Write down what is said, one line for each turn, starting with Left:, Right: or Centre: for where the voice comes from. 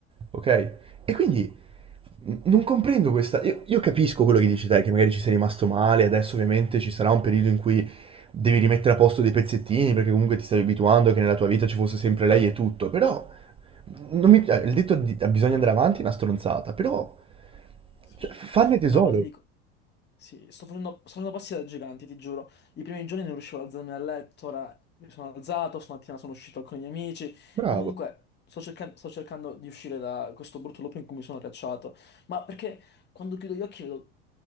Right: ok? E quindi non comprendo questa. Io, io capisco quello che dici te, che magari ci sei rimasto male, adesso ovviamente ci sarà un periodo in cui devi rimettere a posto dei pezzettini perché comunque ti stavi abituando che nella tua vita ci fosse sempre lei e tutto, però non mi, eh, il detto di, "Ah, bisogna andare avanti è una stronzata, però
Left: Sì.
Right: cioè, f- farne tesoro.
Left: No, ma ti dico, sì, sto facendo, sto facendo passi da giganti, ti giuro. I primi giorni non riuscivo ad alzarmi dal letto, ora mi sono alzato, stamattina sono uscito con i miei amici.
Right: Bravo.
Left: Comunque, sto cercando, sto cercando di uscire da questo brutto loop in cui mi sono cacciato. Ma perché quando chiudo gli occhi vedo,